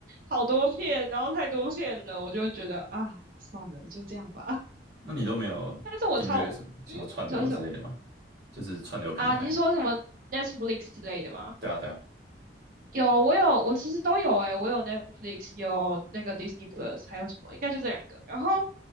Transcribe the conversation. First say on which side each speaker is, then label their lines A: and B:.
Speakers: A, on the right; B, on the right.
A: 好多片，然后太多片了，我就觉得啊，算了，就这样吧。<laughs>
B: 那你都没有订阅什么什么串流之类的吗？
A: 但是我超，嗯，你说什么
B: 就是串流平台。
A: 啊？你说什么 Netflix 之类的吗？
B: 对啊，对啊。
A: 有，我有，我其实都有诶、我有 Netflix，有那个 Disney Plus，还有什么？应该就这两个。然后，